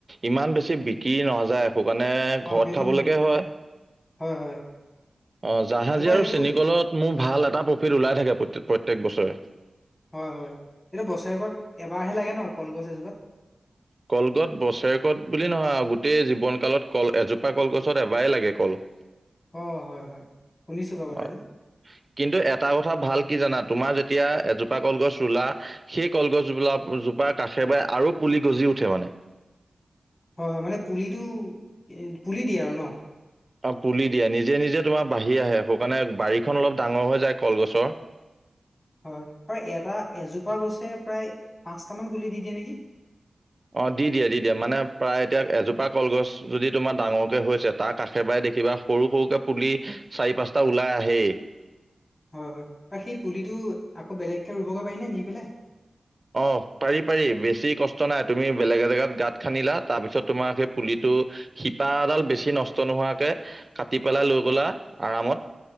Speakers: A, on the right (about 35°); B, on the left (about 30°).
A: ইমান বেছি বিক্ৰি নাযায় একো কাৰণে
B: অ
A: ঘৰত
B: সেইটো
A: খাবলগীয়া
B: ইমান বিক্ৰী
A: হয়
B: নাই হয় হয়
A: অ', জাহাজী
B: তোমাৰ
A: আৰু
B: এইটো
A: চেনীকলত মোৰ ভাল এটা প্ৰফিট ওলাই থাকে প্ৰ প্ৰত্যক বছৰে
B: হয় হয় এতিয়া বছৰেকৰত এবাৰহে লাগে ন কলগছ এজোপাত
A: কলগত বছেৰেকত বুলি নহয় আৰু গোটেই জীৱন কালত কল এজোপা কলগছত এবাৰ লাগে কল <inaudible>
B: অ', হয় হয় শুনিছোঁ বাৰু কথাটো
A: অ, কিন্তু এটা কথা ভাল কি জানা তোমাৰ যেতিয়া এজোপা কলগছ ৰুলা সেই কলগছ গলা জোপাৰ কাষেৰে আৰু পুলি গজি উঠে মানে
B: হয় হয় মানে পুলিটো পুলি দিয়ে আৰু ন
A: অ', পুলি দিয়ে নিজে নিজে তোমাৰ বাঢ়ি আহে সেই কাৰণে বাৰীখন অলপ ডাঙৰ হৈ যায় কলগছৰ
B: হয় আৰু এটা এজোপা গছে প্ৰায় পাঁচটামান পুলি দি দিয়ে নেকি
A: অ', দি দিয়ে, দি দিয়ে মানে প্ৰায় এতিয়া এজোপা কলগছ যদি তোমাৰ ডাঙৰকে হৈছে তাৰ কাষে পাষে দেখিবা সৰু, সৰুকে পুলি চাৰি পাঁচটা ওলাই আহে।
B: হয়, হয়, বা সেই পুলিটো আকৌ বেলেগকে ৰুবগৈ পাৰি নে নি পেলাই
A: অ', পাৰি পাৰি বেছি কষ্ট নাই তুমি বেলেগ এ জেগাত গাঁত খান্দিলা তাৰপিছত তোমাৰ সেই
B: হয়
A: পুলিটো শিপা এডাল বেছি নষ্ট নষ্ট, নোহোৱাকে কাটি পেলাই লৈ গলা আৰামত